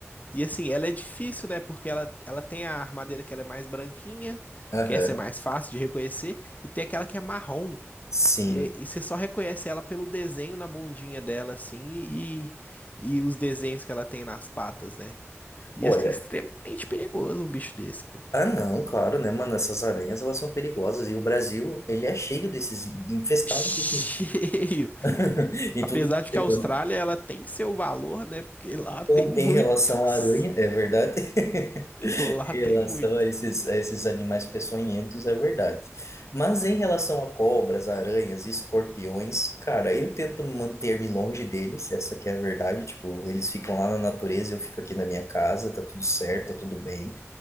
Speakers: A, on the left; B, on the left.
A: E assim, ela é difícil, né? Porque ela, ela tem a armadeira que ela é mais branquinha,
B: aham.
A: que essa é mais fácil de reconhecer, e tem aquela que é marrom.
B: Sim.
A: E, é- e você só reconhece ela pelo desenho na bundinha dela, assim, e, e os desenhos que ela tem nas patas, né? E,
B: Olha,
A: assim, extremamente perigoso um bicho desse, pô.
B: Ah, não, claro, né, mano? Essas aranhas, elas são perigosas. E o Brasil, ele é cheio desses, infestado
A: Cheio.
B: desses... <laughs> em
A: Apesar
B: tudo
A: de
B: que
A: que
B: é
A: a Austrália,
B: canto.
A: ela tem seu valor, né? Porque lá tem
B: Com-
A: muitos.
B: em relação à aranha, é verdade. <laughs>
A: Lá
B: Em
A: tem
B: relação
A: muito.
B: a esses, a esses animais peçonhentos, é verdade. Mas em relação a cobras, aranhas, escorpiões, cara, eu tento manter-me longe deles, essa que é a verdade. Tipo, eles ficam lá na natureza, eu fico aqui na minha casa, tá tudo certo, tá tudo bem.